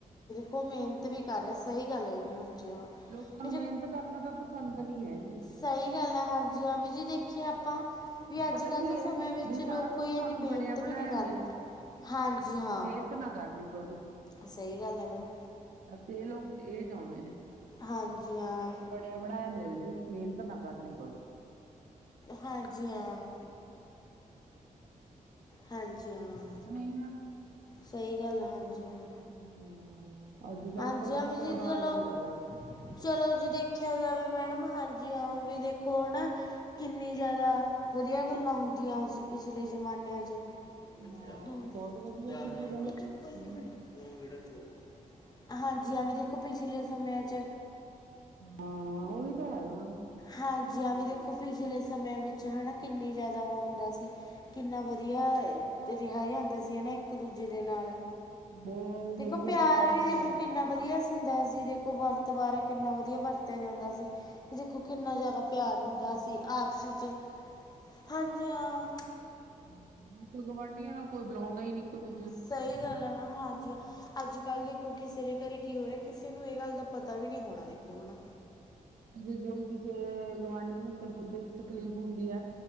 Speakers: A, on the left; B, on the right.
A: ਤੇ ਓ ਮੇਨਤ ਵੀ ਕਾਰ ਰੇਐ, ਸਈ ਗੱਲ ਹੈ ਜੀ ਹਾਂਜੀ, ਹਾਂ।
B: ਲੋਕਾਂ
A: ਵੀ
B: ਨੂੰ ਮੇਨਤ ਕਰਨਾ ਤਾਂ ਪਸਾੰਦ ਨੀ ਹੈਗੀ।
A: ਸਈ ਗੱਲ ਐ ਹਾਂਜੀ ਹਾਂ, ਵੀ ਜੀ ਦੇਖੇਐ ਆਪਾਂ ਵੀ ਅੱਜ
B: ਪਤਾ
A: ਕੱਲ
B: ਕੀ
A: ਦੇ ਸਮੈਂ
B: ਹੈ
A: ਵਿੱਚ
B: ਵੀ
A: ਲੋਕ
B: ਸਾਰਾ ਕੁਛ
A: ਕੋਈ
B: ਸਾਨੂੰ
A: ਮੇਨਤ
B: ਬਣਿਆ
A: ਵੀ
B: ਬਣਾਇਆ
A: ਨੀ ਕਰਨੀ ਹਾਂਜੀ, ਹਾਂ।
B: ਇਤ ਨਾ ਕਾਰਨੀ ਪਵੇ।
A: ਸਈ ਗੱਲ ਐ, ਮੈਮ।
B: ਬਾੱਸ ਏ ਲੋਕ ਏ ਚੋਂਦੇ ਨੇ।
A: ਹਾਂਜੀ, ਹਾਂ।
B: ਬਨਾ ਬਣਾਯਾ ਮੇਲ ਜੇ, ਮੇਨਤ ਨਾ ਕਾਰਨੀ ਪਵੇ।
A: ਹਾਂਜੀ, ਹਾਂ। ਹਾਂਜੀ, ਹਾਂ।
B: ਨਈ, ਮੈਮ।
A: ਸਈ ਗੱਲ ਐ, ਹਾਂਜੀ, ਹਾਂ।
B: ਹੂੰ, ਓ ਅੱਜ ਕੱਲ
A: ਹਾਂਜੀ
B: ਤਾਂ ਬਾੱਸ
A: ਹਾਂ ਵੀ ਜੀ
B: ਰਿਵਾਜ਼
A: ਚਲੋ
B: ਈ ਹੋ ਗੇ।
A: ਚਲੋ ਜੀ ਦੇਖੇਆ ਜਾਵੇ ਮੈਡਮ ਹਾਂਜੀ, ਹਾਂ ਵੀ ਦੇਖੋ ਹਣਾ ਕਿੰਨੀ ਜਾਦਾ ਵਧੀਆ ਗੱਲਾਂ ਹੁੰਦੀਆਂ ਸੀ ਪਿਛਲੇ ਜ਼ਮਾਨੇਆਂ ਚ। <unintelligible>
B: ਹਾਂ ਬਹੁਤ ਵਧੀਆ ਸੀਗੀ ਪਹਿਲਾਂ ਹੂੰ
A: ਹਾਂਜੀ-ਹਾਂਜੀ ਦੇਖੋ ਪਿਛਲੇ ਸਮੇਆਂ ਚ
B: ਹਾਂ ਉਹੀ ਤਾਂ ਹੈਗਾ ਮੈਮ
A: ਹਾਂਜੀ-ਹਾਂਜੀ, ਦੇਖੋ ਪਿਛਲੇ ਸਮੇਆਂ ਵਿੱਚ ਹਣਾ ਕਿੰਨੀ ਜਾਦਾ ਓ ਹੁੰਦਾ ਸੀ। ਕਿੰਨਾ ਵਧੀਆ ਰੇਆ ਗੇਆ ਹੁੰਦਾ ਸੀ ਨਾ ਇੱਕ ਦੂਜੇ ਦੇ ਨਾਲ।
B: ਬੌ
A: ਦੇਖੋ
B: ਵਧੀਆ। ਪਿਆਰ
A: ਦੇਖੋ
B: ਨਾਲ ਰਹਿੰਦੇ
A: ਕਿੰਨਾ
B: ਸੀ।
A: ਵਧੀਆ ਹੁੰਦਾ ਸੀ, ਦੇਖੋ ਵਰਤ ਵਾਰੇ ਕਿੰਨਾ ਵਧੀਆ ਵਰਤੇਆ ਜਾਂਦਾ ਸੀ। ਦੇਖੋ ਕਿੰਨਾ ਜਾਦਾ ਪਿਆਰ ਹੁੰਦਾ ਸੀ ਆਪਸ ਵਿੱਚ ਹਾਂਜੀ, ਹਾਂ।
B: ਹੂੰ, ਗੁਆਂਢੀਆਂ ਨਾਲ ਕੋਈ ਬੁਲੋਂਦਾ ਨੀ। ਦੂਜੇ ਨੂੰ
A: ਸਈ ਗੱਲ ਐ ਮੈਮ, ਹਾਂਜੀ, ਹਾਂ ਅੱਜ ਕੱਲ ਦੇ ਕਿਸੇ ਦੇ ਘਰੇ ਕੀ ਹੋ ਰੇਆ, ਕਿਸੇ ਨੂੰ ਏ ਗੱਲ ਦਾ ਪਤਾ ਵੀ ਨੀ ਹੋਣਾ ਦੇਖੋ ਹਣਾ
B: ਜੇ ਕੋਈ ਕਿਸੇ ਗਵਾਂਢੀ ਨੂੰ ਦ ਦੁੱਖ ਤਕਲੀਫ਼ ਹੁੰਦੀ ਐ